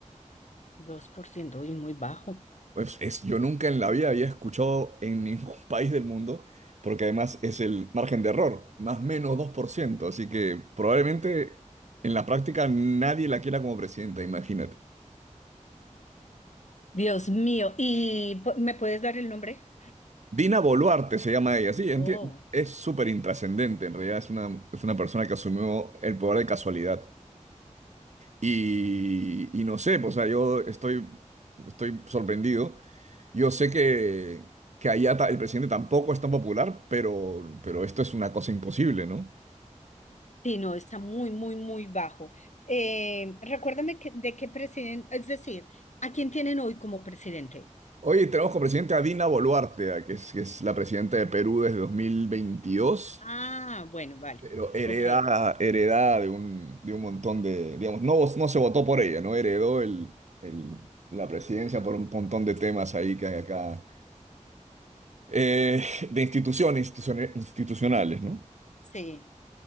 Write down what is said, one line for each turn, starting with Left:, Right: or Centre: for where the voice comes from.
Left: dos por ciento y muy bajo.
Right: Pues es, yo nunca en la vida había escuchado en ningún <laughs> país del mundo, porque además es el margen de error, más o menos dos por ciento. así que probablemente en la práctica nadie la quiera como presidenta, imagínate.
Left: Dios mío, ¿y pu- me puedes dar el nombre?
Right: Dina Boluarte se llama ella, sí, enti-
Left: Oh,
Right: es súper intrascendente, en realidad es una, es una persona que asumió el poder de casualidad. Y, y no sé, pues, o sea, yo estoy, estoy sorprendido. Yo sé que, que allá ta- el presidente tampoco es tan popular, pero, pero esto es una cosa imposible, ¿no?
Left: Sí, no, está muy, muy, muy bajo. Eh, recuérdame que- de qué presidente, es decir, ¿a quién tienen hoy como presidente?
Right: Oye, tenemos como presidente a Dina Boluarte, a que es, que es la presidenta de Perú desde dos mil veintidós
Left: Ah, bueno, vale.
Right: pero heredada,
Left: Ok,
Right: heredada de un, de un montón de, digamos, no, vo- no se votó por ella, ¿no? Heredó el, el- la presidencia por un montón de temas ahí que hay acá, eh, de instituciones instituciones institucionales, ¿no?
Left: sí,